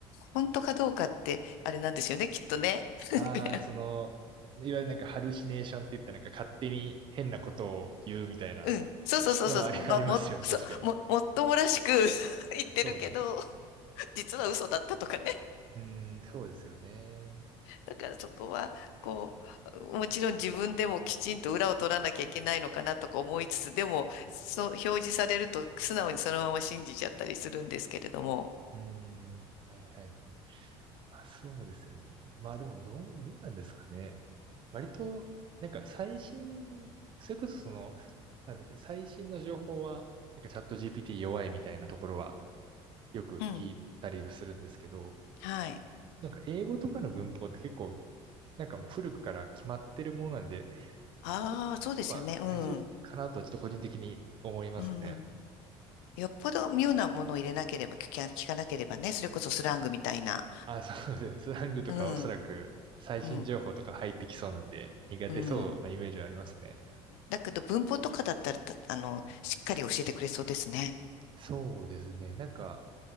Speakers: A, on the left; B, on the right.
A: 本当かどうかって、あれなんですよね、きっとね。<laughs>
B: ああ、その、いわゆるなんかハルシネーションって言ったなんか勝手に変なことを言うみたいな
A: うん。そうそうそうそう。
B: のはあり、<laughs>
A: まあ、
B: ありますよね、
A: も、そう、
B: 確かに。
A: も、もっともらしく <laughs> 言ってるけど、
B: そうなんです。
A: 実は嘘だったとかね。
B: うーん、そうですよね。
A: だからそこは、こう、もちろん自分でもきちんと裏を取らなきゃいけないのかなとか思いつつ、でも、そう、表示されると素直にそのまま信じちゃったりするんですけれども。
B: うーん、はいはいはい。あ、そうですよね。まあでも、どう、どうなんですかね。割と、なんか最新、それこそその、なんだっけ、最新の情報は、なんかチャット GPT 弱いみたいなところはよく聞いたりするんですけど、
A: うん。はい。
B: なんか英語とかの文法って結構なんかもう古くから決まってるものなんで、
A: ああ、
B: そこは大丈夫かなとはちょっと個人的に思いますね。
A: そうですよね。うん。うん。よっぽど妙なものを入れなければ、聞か聞かなければね、それこそスラングみたいな。
B: あ、そうですね。スラングとかはおそらく最新情報とか入ってきそうなんで、
A: うん。うん。
B: 苦手そうなイメージはありますね。
A: うん。だけど文法とかだったら、たあの、しっかり教えてくれそうですね。
B: そうですね。なんか、